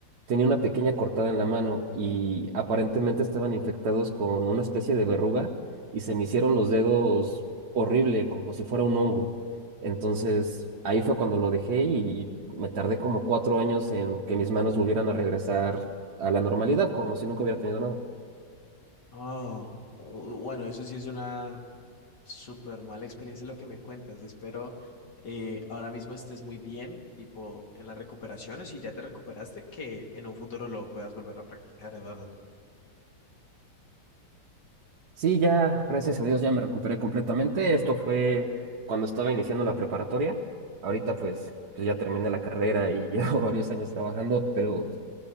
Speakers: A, on the right; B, on the left.
A: tenía una pequeña cortada en la mano y aparentemente estaban infectados con una especie de verruga y se me hicieron los dedos horrible, como si fuera un hongo. Entonces, ahí fue cuando lo dejé y me tardé como cuatro años en que mis manos volvieran a regresar a la normalidad, como si nunca hubiera tenido nada.
B: Oh, u- bueno, eso sí es una súper mala experiencia lo que me cuentas. Espero eh, ahora mismo estés muy bien, tipo en las recuperaciones, y ya te recuperaste, que en un futuro lo puedas volver a practicar, Eduardo.
A: Sí, ya, gracias a Dios, ya me recuperé completamente. Esto fue cuando estaba iniciando la preparatoria. Ahorita pues, pues ya terminé la carrera y <laughs> llevo varios años trabajando, pero,